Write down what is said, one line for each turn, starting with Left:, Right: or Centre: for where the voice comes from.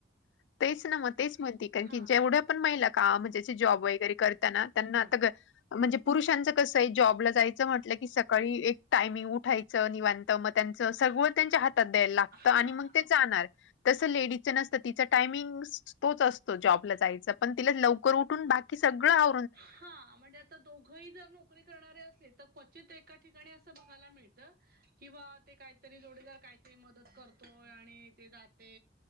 Left: तेच नाः मग तेच म्हणतेय, कारण
Right: हा
Left: की जेवढ्या पण महिला काम म्हणजे जॉब वगैरे करतानां त्यांना
Right: हा
Left: आता ग- म्हणजे पुरुषांचं कसंय- जॉबला जायचं म्हटलं की, सकाळी एक टायमिंग उठायचं, निवांत मग त्यांचं सगळं त्यांच्या हात- त द्यायला लागत,
Right: हा
Left: आणि मग ते जाणार तस लेडीज नस- तर तिच टायमिंग स तोच असतो जबला जायचा पण तिला लवकर उठून बाकी सगळं आ-
Right: हां म्हणजे आता दोघंही जर नोकरी करणारे असले तर क्व- चित एका ठिकाणी अस बघायला मिळत, किंवा ते काहीतरी जोडीदार काहीतरी मदत करतोय- आणी ते जाते